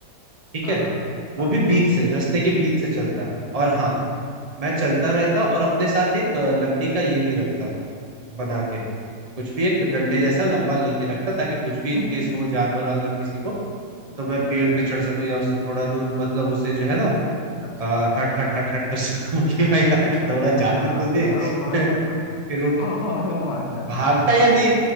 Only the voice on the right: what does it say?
ठीक
है
वो भी
बीच से रास्ते के बीच से चलता और हाँ मैं चलता रहता और अपने साथ एक अ, लकड़ी का ये भी रखता बना के कुछ भी एक डंडे जैसा लंबा लेके रखता ताकि कुछ भी
इन
केस हो जानवर वानवर किसी को तो मैं
पेड़ पे चढ़ सकूं या उससे थोड़ा दूर मतलब उसे जो है ना
अ, हट हट हट हट कर सकूं <laughs> कि भाई
हट थोड़ा जाने
तो दे
<laughs>
फिर
वो
भागता या नहीं